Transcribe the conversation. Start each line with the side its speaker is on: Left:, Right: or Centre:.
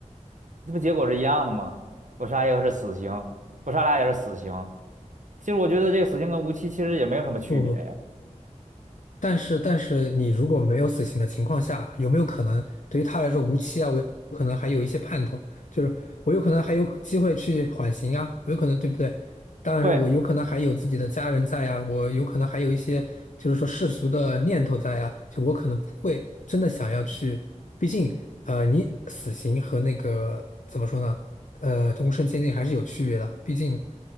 Right: 这不结果是一样的吗？我杀一个是死刑，我杀俩也是死刑。其实我觉得这个死刑跟无期其实也没有什么区别呀。
Left: 不不，但是，但是你如果没有死刑的情况下，有没有可能对于他来说无期啊？我有可能还有一些盼头，就是我有可能还有机会去缓刑啊，我有可能对不对？当然，
Right: 对。
Left: 我有可能还有自己的家人在啊，我有可能还有一些就是说世俗的念头在啊，就我可能不会真的想要去，毕竟呃，你死刑和那个怎么说呢？呃，终身监禁还是有区别的，毕竟